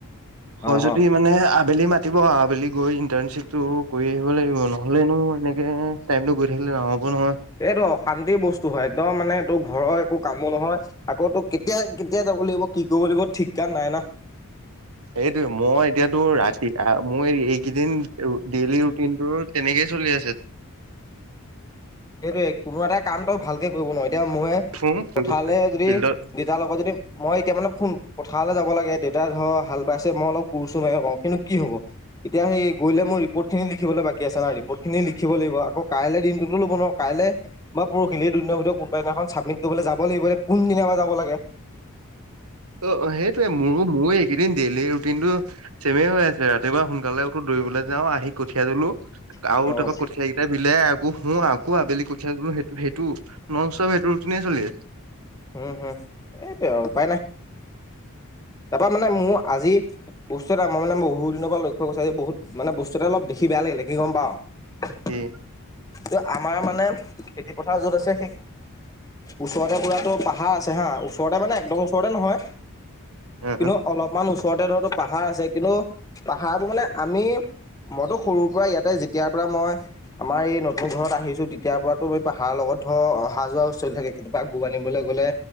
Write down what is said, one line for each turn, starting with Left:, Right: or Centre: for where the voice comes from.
Right: হয়
Left: অ
Right: যদি
Left: অ
Right: মানে আবেলি মাত ৰাতিপুৱা আবেলি গৈ ইণ্টাৰ্ণশ্বিপটো কৰি আহিব লাগিব নহ'লেনো এনেকৈ টাইমটো গৈ থাকিলে নহ'ব নহয়।
Left: এইটো অশান্তিৰ বস্তু হয়, একদম মানে তোৰ ঘৰৰ একো কামো নহয়। আকৌটো কেতিয়া কেতিয়া যাব লাগিব কি কৰিব লাগিব ঠিক কান নাই না!
Right: এইটোয়ে মই এতিয়াতো ৰাতি আহ, মোৰ এইকেইদিন ডেইলি ৰুটিনটো তেনেকেই চলি আছে।
Left: সেইটোৱে কোনো এটা কাম তই ভালকে কৰিব নোৱাৰ, এতিয়া মই
Right: উঠো
Left: পথাৰলৈ যদি
Right: ফিল্ডত
Left: দেউতাৰ লগত যদি মই এতিয়া মানে শুন পথাৰলৈ যাব লাগে দেউতাই ধৰ হাল বাইছে মই অলপ কোৰ-চোৰ মাৰিব পাৰোঁ, কিন্তু কি হ'ব। এতিয়া সেই গ'লে মোৰ ৰিপৰ্টিনিখিবলৈ বাকী আছে না ৰিপৰ্ট খিনি লিখিব লাগিব, আকৌ কাইলৈ দিনটো ল'ব নহয় কাইলৈ বা পৰহিলে ভিতৰত কোনোবদিনাখন কৰিবলৈ যাব লাগিব, এতিয়া কোনদিনা বা যাব লাগে!
Right: অ অ সেইটোয়ে মোৰো মোৰো এইকেইদিন ডেইলি ৰুটিনটো চেমে হৈ আছে, ৰাতিপুৱা সোনকালে উঠো, দৌৰিবলে যাওঁ আহি কঠিয়া তোলো,
Left: অ'
Right: আৰু তাপা কঠীয়া বিলাই আকৌ শু, আকৌ আবেলি কঠীয়া তোলো, সেইটো সেইটো নন ষ্টপ সেইটো ৰুটিনে চলি আছে।
Left: উম, হুম, এইটো এ আৰু উপায় নাই। তাপা মানে মোৰ আজি বস্তু এটা আমাৰ মানে বহু দিনৰ পৰা লক্ষ্য কৰিছো আজি বহুত মানে বস্তু এটা অলপ দেখি কি বেয়া লাগিলে, কি গম পাৱ
Right: কি
Left: ত, আমাৰ মানে খেতি পথাৰ য'ত আছে সেই ওচৰতে বুৱা তোৰ পাহাৰ আছে হা, ওচৰতে মানে একদম ওচৰতে নহয়।
Right: অ'
Left: কিন্তু
Right: অ'
Left: অলপমান ওচৰতে ধৰ তোৰ পাহাৰ আছে, কিন্তু পাহাৰবোৰ মানে আমি মইতো সৰুৰ পা ইয়াতে যেতিয়াৰ পৰা মই আমাৰ এই নতুন ঘৰত আহিছো তেতিয়াৰ পৰা তোৰ পাহাৰৰ লগত ধৰ অহা যোৱা চলি থাকে। কেতিয়াবা গৰু আনিবলে গ'লে